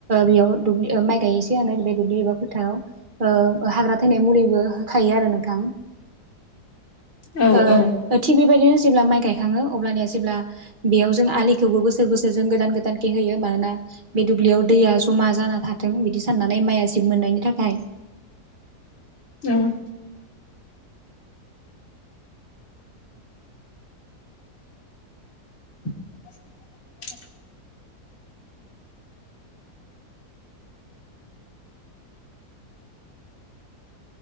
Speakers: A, on the right; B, on the left.
A: बेयाव दुब्लि ओ माइ गायै सिगांनो दुब्लि एबा फोथाराव ओ हाग्रा थैनाय मुलिबो होखायो आरो नोंथां
B: औ
A: ओ
B: औ
A: थिग बेबायदिनो जेब्ला माइ गायखाङो अबब्लानिया जेब्ला बेयाव जों आलिखौबो बोसोर बोसोर जों गोदान गोदानखे होयो मानोना बे दुब्लियाव दैया जमा जाना थाथों बिदि साननानै माइआ जिब मोननायनि थाखाय
B: औ <inaudible>